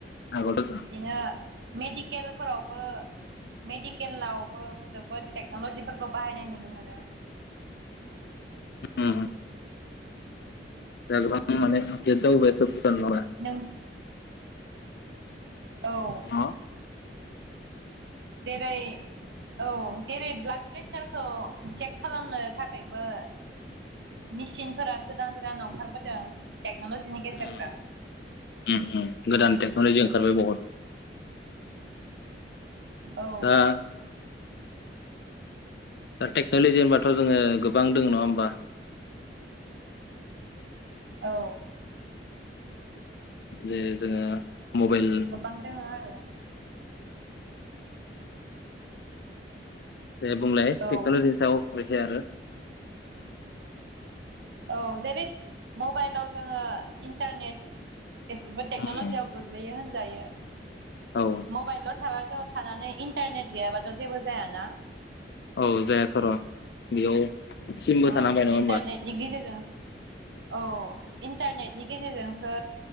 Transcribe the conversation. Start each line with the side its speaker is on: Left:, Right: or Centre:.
Left: आगोलथ'
Right: बिदिनो मेडिकेलफोराव मेडिकेलावबो जोबोद टेक्नलजिफोरखौ बाहायनाय नुनो मोनो
Left: होम जाहा गोबां माने <unintelligible> जाबोबाय <unintelligible>
Right: नों औ
Left: होमबा
Right: जेरै औ जेरै ब्लाड प्रेसारखौ चेक खालामनो थाखायबो मेसिनफोरा गोदान गोदान ओंखारबोदों टेक्न'लजिनि गेजेरजों
Left: उम उम उम गोदान टेक्न'लजि ओंखारबाय बहुद
Right: औ
Left: दा दा टेक्न'लजि होनबाथ' जोङो गोबां दङ नङा होमबा
Right: औ
Left: जे जोङो मबाइल
Right: गोबां दोङो आरो
Left: दे बुंलााय
Right: औ
Left: टेकनलजीनि सायाव फाय आरो
Right: औ जेरै मबाइलाव जोङो इन्टारनेट टेक्नल'जियाव
Left: उम
Right: गोग्लैयो होन जायो
Left: औ
Right: मबाइल ल थाब था थानानै इन्टारनेट गैयाबाथ' जेबो जायाना
Left: औ जायाथ' र' बेयाव सिमबो
Right: औ
Left: थानांबाय नङा
Right: इन्टारनेटनि
Left: होमबा
Right: गेजेरजों औ इन्टारनेटनि गेजेरजोंसो